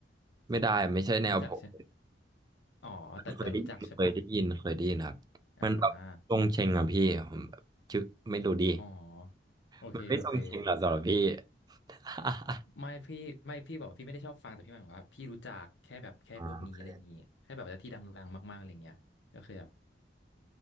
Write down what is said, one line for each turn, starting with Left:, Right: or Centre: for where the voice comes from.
Right: ไม่ได้ไม่ใช่แนวผม
Left: รู้จักใช่อ๋อแต่แต่รู้จักใช่ปะ
Right: เคยได้ยินเคยได้ยินเคยได้ยินครับมันแบบทรงเชงอ่ะพี่ผมแบบชอไม่รู้ดี
Left: อ่าอ๋อโอเคโอเค
Right: มันไม่ทรงเชงหรอกสำหรับพี่ <laughs>
Left: ไม่พี่ไม่พี่บอกว่าพี่ไม่ได้ชอบฟังแต่พี่หมายถึงว่าพี่รู้จักแค่แบบแค่พวกนี้อะไรอย่างงี้แค่แบบว่าที่ดังๆมากๆอะไรเงี้ยก็เคยแบบ
Right: อ๋อ